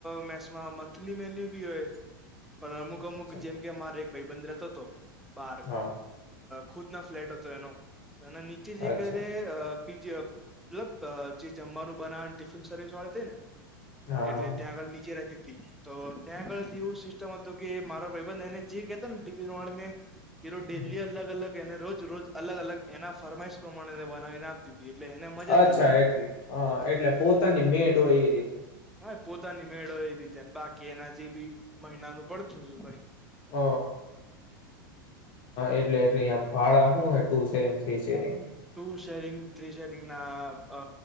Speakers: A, in the centre; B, on the left (about 45°).
A: મેસમાં મંથલી ની મેન્યુ ભી હોય પણ અમુક અમુક
B: અચ્છા
A: જેમ કે અમારે એક ભાઈબંધ રહેતો હતો બાર
B: હા
A: ખુદ ના ફ્લેટ હતો એનો એના નીચે જે
B: અચ્છા
A: ક પીજી મતલબ જે જમવાનું બનાવણ ટિફિન સર્વિસ વાળે થ ને
B: હા
A: એટલે ત્યાં આગળ નીચે રાતી તો ત્યાં આગળ થી એવું સિસ્ટમ હતું કે મારા ભાઈબંધ એને જે કતા ને ટિફિન વાળી ને એ ર ડેલી
B: હમ.
A: અલગ અલગ એને રોજ રોજ અલગ અલગ એના ફરમાઈશ પ્રમાણે બનાવીને આપતી હતી એટલે એને મજા
B: અચ્છા
A: થઈ ગઈ
B: એટલે હ એટલે પોતાની મેડ હો એ રીતે
A: હા પોતાની મેળવે એલીતે બાકી એના જે બી મહિનાનું પડતુંય
B: હ એટલે એટલે અહ ભાડા હોય ટુ શ્રીરે શી શીરે
A: ટુ શેરિંગ થ્રી શેરિંગ ના અ